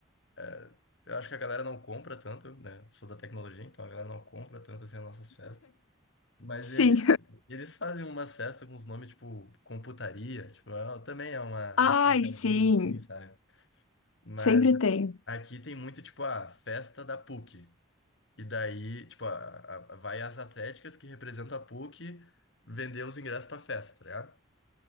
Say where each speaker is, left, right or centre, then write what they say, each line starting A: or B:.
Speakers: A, on the left; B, on the left.
A: eh, eu acho que a galera não compra tanto, né? Sou da tecnologia, então a galera não compra tanto assim as nossas festas. Mas
B: Sim.
A: eles, eles fazem umas festas com os nomes, tipo, computaria, tipo, é- também é uma, é
B: <laughs> Ai,
A: um trocadilho,
B: sim.
A: assim, sabe? Mas
B: Sempre tem.
A: aqui tem muito, tipo, a festa da PUC. E daí, tipo, a, a- vai as atléticas que representam a PUC vender os ingressos pra festa, tá ligado?